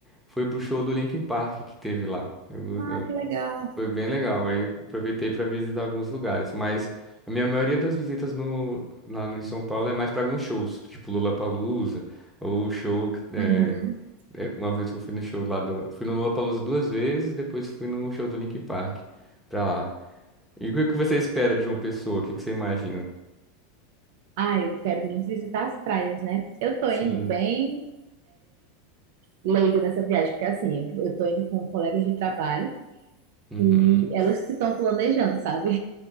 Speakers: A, in the centre; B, on the right (about 65°).
A: foi pro show do Linkin Park que teve lá. Eu,
B: Ah, que legal.
A: Foi bem legal. Aí eu aproveitei para visitar alguns lugares, mas a minha maioria das visitas no, lá no, em São Paulo é mais para alguns shows, tipo Lollapalooza, ou show que é,
B: Uhum.
A: é, uma vez que eu fui no show lá do, fui no Lollapalooza duas vezes, depois fui no show do Linkin Park pra lá. E o que que você espera de uma pessoa? O que que você imagina?
B: Ah, eu quero muito visitar as praias, né? Eu tô
A: Sim.
B: indo bem leigo nessa viagem, porque assim, eu eu tô indo com colegas de trabalho
A: Uhum.
B: e elas que estão planejando, sabe?